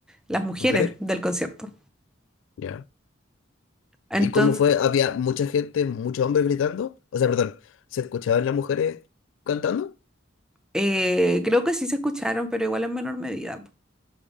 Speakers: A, in the centre; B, on the left (about 80°).
A: las mujeres
B: Mujeres.
A: del concierto.
B: Ya.
A: Entonces,
B: Y como fue, había mucha gente, muchos hombres gritando. O sea, perdón, se escuchaban las mujeres cantando.
A: eh, creo que sí se escucharon, pero igual en menor medida. po.